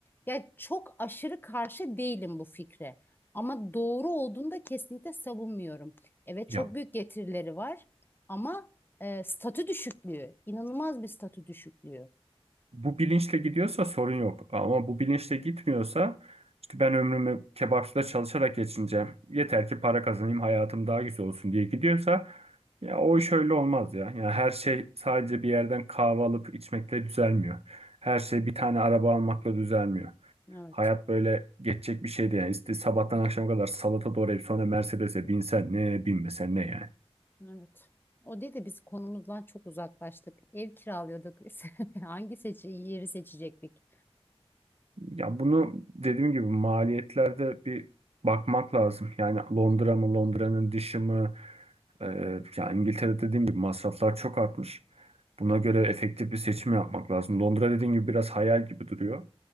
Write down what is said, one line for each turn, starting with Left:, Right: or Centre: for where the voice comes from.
Left: Ya çok aşırı karşı değilim bu fikre. Ama doğru olduğunda kesinlikle savunmuyorum. Evet
Right: Ya
Left: çok büyük getirileri var ama e, statü düşüklüğü, inanılmaz bir statü düşüklüğü.
Right: bu bilinçle gidiyorsa sorun yok. Ama bu bilinçle gitmiyorsa işte ben ömrümü kebapçıda çalışarak geçineceğim. Yeter ki para kazanayım, hayatım daha güzel olsun diye gidiyorsa ya o iş öyle olmaz ya. Yani her şey sadece bir yerden kahve alıp içmekle düzelmiyor. Her şey bir tane araba almakla düzelmiyor.
Left: Evet.
Right: Hayat böyle geçecek bir şey değil. Yani. İşte sabahtan akşama kadar salata doğrayıp sonra Mercedes'e binsen ne binmesen ne yani.
Left: Evet. O dedi biz konumuzdan çok uzaklaştık. Ev kiralıyorduk biz. <laughs> Hangi seçi yeri seçecektik?
Right: Ya bunu dediğim gibi maliyetlerde bir bakmak lazım. Yani Londra mı, Londra'nın dışı mı? Ee, yani İngiltere dediğim gibi masraflar çok artmış. Buna göre efektif bir seçim yapmak lazım. Londra dediğim gibi biraz hayal gibi duruyor.